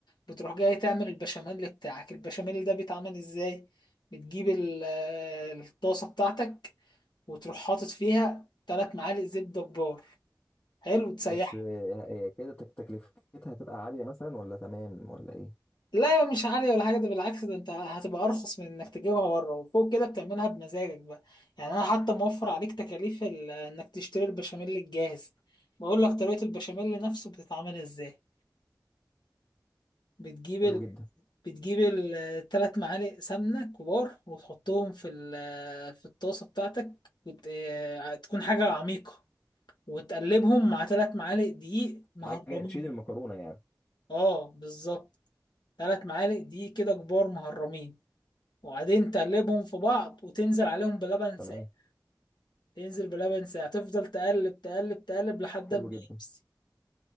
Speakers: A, on the left; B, on the left.
A: بتروح جاي تعمل البشاميل بتاعك البشاميل ده بيتعمل ازاي بتجيب ال- الطاسة بتاعتك وتروح حاطط فيها تلات معالق زبدة كبار حلو تسيح
B: بس آه، هي كده تك- تكلفتها هتبقى عاليه مثلا ولا تمام ولا ايه
A: لا مش عالية ولا حاجة ده بالعكس ده انت هتبقى ارخص من انك تجيبها بره وفوق كده بتعملها بمزاجك بقى يعني انا حتى موفر عليك تكاليف ال- انك تشتري البشاميل الجاهز بقول لك طريقة البشاميل نفسه بتتعمل ازاي بتجيب ال...
B: حلو جدا
A: بتجيب الثلاث معالق سمنة كبار وتحطهم في ال... في الطاسة بتاعتك وت... اه، تكون حاجة عميقة وتقلبهم مع ثلاث معالق دقيق مهرمين
B: حاجه تشيل المكرونه يعني
A: اه بالظبط ثلاث معالق دقيق كده كبار مهرمين وبعدين تقلبهم في بعض وتنزل عليهم بلبن
B: تمام
A: ساقع تنزل بلبن ساقع تفضل تقلب تقلب تقلب لحد
B: حلو
A: ما
B: جدا
A: يمسك